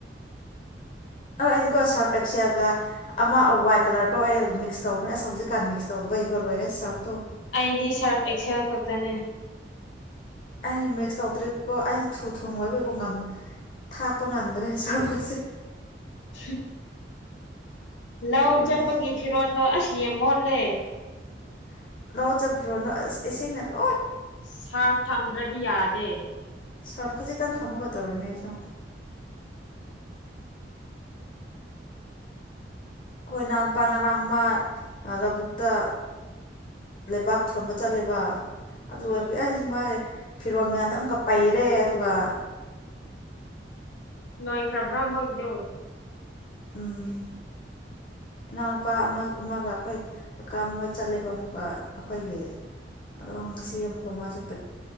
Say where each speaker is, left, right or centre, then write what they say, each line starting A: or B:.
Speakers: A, on the left; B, on the left.
A: ꯑ ꯑꯩꯗꯤꯀꯣ ꯁꯥꯔꯐ ꯑꯦꯛꯁꯦꯜꯒ ꯑꯃ ꯋꯥꯏꯠ ꯀꯂꯔꯗꯣ ꯑꯩ ꯃꯤꯛꯁ ꯇꯧꯕꯅꯦ ꯑꯁ ꯍꯧꯖꯤꯛꯀꯥꯟ ꯃꯤꯛꯁ ꯇꯧ ꯕꯒꯣꯜ ꯑꯣꯏꯔꯦ ꯁꯞ
B: ꯑꯩꯗꯤ ꯁꯥꯔꯐ ꯑꯦꯁꯥ ꯈꯇꯅꯦ
A: ꯑꯩ ꯃꯤꯛꯁ ꯇꯧꯗ꯭ꯔꯤꯀꯣ ꯑꯩ ꯊꯨ ꯊꯨ ꯑꯣꯏꯕꯒꯤꯀꯣ ꯉꯝ ꯊꯥꯛꯄ ꯉꯝꯗ꯭ꯔꯦ ꯁꯥꯔꯄꯁꯦ
B: ꯁꯤ ꯂꯧ
A: ꯂꯣꯏꯔꯦ
B: ꯆꯠꯄꯒꯤ ꯐꯤꯔꯣꯟꯜꯗꯣ ꯑꯁ ꯌꯥꯝ ꯃꯣꯠꯂꯦ
A: ꯂꯑꯣ ꯆꯣꯟꯣꯦ ꯉ
B: ꯁꯥꯔꯐ ꯊꯝꯗ꯭ꯔꯗꯤ ꯌꯥꯗꯦ
A: ꯁ꯭ꯋꯥꯞ ꯈꯖꯤꯛꯇꯪ ꯊꯝꯃꯒ ꯇꯧꯔꯤꯅꯦ ꯑꯩꯁꯨ ꯑꯩꯣꯏꯅꯥꯟꯄꯥ ꯉꯔꯥꯡ ꯑꯃ ꯂꯧꯕꯨꯛꯇ ꯂꯩꯕꯥꯛ ꯊꯣꯟꯕ ꯆꯠꯂꯦꯕ ꯑꯗꯨ
B: ꯎꯝ
A: ꯑꯣꯏꯕꯒꯤ ꯑꯩꯁꯤ ꯃꯥꯒꯤ ꯐꯤꯔꯣꯜ ꯃꯌꯥꯝꯗ ꯑꯃꯨꯛꯀ ꯄꯩꯔꯦ ꯑꯗꯨꯒ
B: ꯂꯣꯏꯈ꯭ꯔꯕ꯭ꯔꯥ ꯃꯣꯏꯗꯣ
A: ꯎꯝ ꯏꯅꯥꯎꯅꯨꯄꯥ ꯑꯃ ꯑꯃꯒ ꯑꯩꯈꯣꯏ ꯀꯀꯥ ꯃꯣꯏ ꯆꯠꯂꯦꯕ ꯑꯃꯨꯛꯀ ꯑꯩꯈꯣꯏꯒꯤ ꯑꯣ ꯁꯤ ꯑꯦꯦꯝ ꯀ ꯃꯥꯁꯨ ꯄ